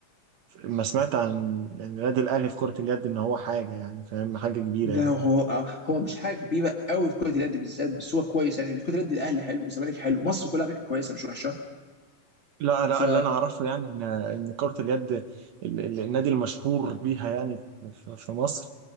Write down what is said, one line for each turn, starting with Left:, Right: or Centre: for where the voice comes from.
Right: ما سمعت عن يعني نادي الاهلي في كره اليد ان هو حاجه يعني فاهم حاجه كبيره
Left: لا
Right: يعني.
Left: هو هو مش حاجه كبيره قوي في كره اليد بالذات بس هو كويس يعني في كره اليد الاهلي حلو والزمالك حلو مصر كلها على فكره كويسه مش وحشه
Right: لا لا
Left: ف
Right: اللي انا اعرفه يعني ان ان كرة اليد ال- ال- النادي المشهور بيها يعني في في مصر